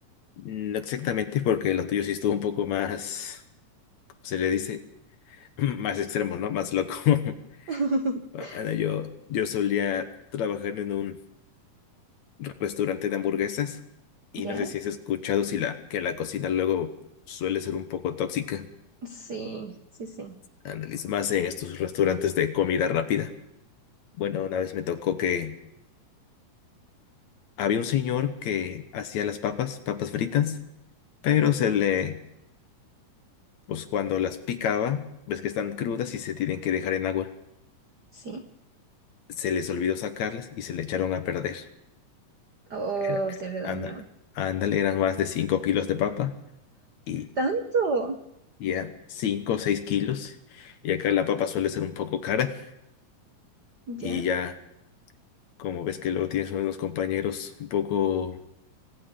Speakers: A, on the left (about 65°); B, on the right (about 80°).
A: No exactamente, porque lo tuyo sí estuvo un poco más, ¿cómo se le dice? <clears throat> <laughs> Más extremo, ¿no? Más loco. <laughs>
B: <laughs>
A: Ahora, yo, yo solía trabajar en un restaurante de hamburguesas y
B: ¿Ya?
A: no sé si has escuchado si la, que la cocina luego suele ser un poco tóxica.
B: Sí, sí, sí,
A: Ándale, y más en estos restaurantes de comida rápida. Bueno, una vez me tocó que había un señor que hacía las papas, papas fritas, pero se le, pues cuando las picaba, ves que están crudas y se tienen que dejar en agua.
B: sí.
A: Se les olvidó sacarlas y se le echaron a perder.
B: Oh,
A: Era-
B: se le dañó.
A: anda- ándale, eran más de 5 kilos de papa y,
B: ¿Tanto?
A: y eran 5 o 6 kilos. Y acá la papa suele ser un poco cara
B: ¿Ya?
A: y ya, como ves que luego tienes unos compañeros un poco